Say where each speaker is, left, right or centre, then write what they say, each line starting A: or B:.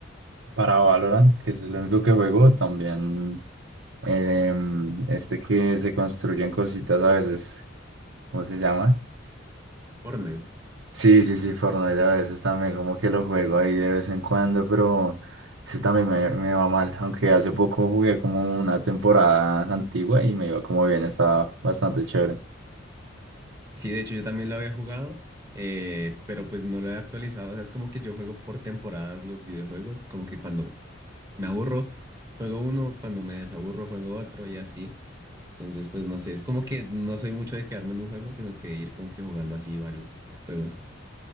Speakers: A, on the right (about 80°); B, on the right (about 20°).
A: Para Valorant, que es el único que juego, también eh, em, este que se construyen cositas a veces, ¿cómo se llama?
B: Fortnite.
A: Sí, sí, sí, Fortnite a veces también como que lo juego ahí de vez en cuando, pero ese también me, me va mal, aunque hace poco jugué como una temporada antigua y me iba como bien, estaba bastante chévere.
B: Sí, de hecho yo también lo había jugado, eh, pero pues no lo he actualizado. O sea, es como que yo juego por temporadas los videojuegos, como que cuando me aburro, juego uno, cuando me desaburro, juego otro y así. Entonces, pues no sé, es como que no soy mucho de quedarme en un juego, sino que ir como que jugando así varios juegos.